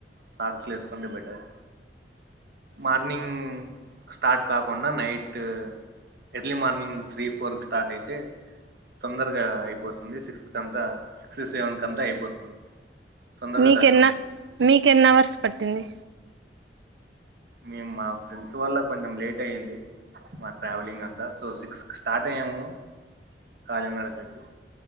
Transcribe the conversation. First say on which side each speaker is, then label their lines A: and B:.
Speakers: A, on the right; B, on the right.
A: సాక్స్లు వేసుకుంటే బెటర్ మార్నింగ్ స్టార్ట్ కాకుండా night early morning three four కి స్టార్ట్ అయితే తొందరగా అయిపోతుంది సిక్స్ కంతా సిక్స్ సెవెన్ కు అంతా అయిపోతుంది తొందరగా
B: మీకెన్ని
A: దర్శనం అయిపోతుంది
B: ఎన్ని అవర్స్ పట్టింది
A: మేము మా ఫ్రెండ్స్ వల్ల కొంచెం లేట్ అయ్యింది మా ట్రావెలింగ్ అంతా సో సిక్స్కి స్టార్ట్ అయ్యాము కాలీనడకకి